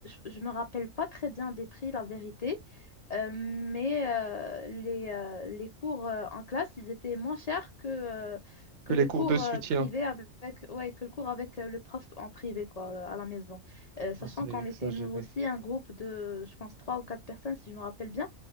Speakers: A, on the left; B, on the right.
A: je ne me rappelle pas très bien des prix, la vérité, euh, mais euh, les, euh, les cours euh, en classe, ils étaient moins chers que, euh, que
B: Que
A: le
B: les cours
A: cours
B: de soutien.
A: euh, privé avec, ouais, que le cours avec euh, le prof en privé, quoi, euh, à la maison. Euh, sachant
B: Ah, C'est
A: qu'on
B: exagéré.
A: était nous aussi un groupe de, je pense, trois ou quatre personnes, si je me rappelle bien.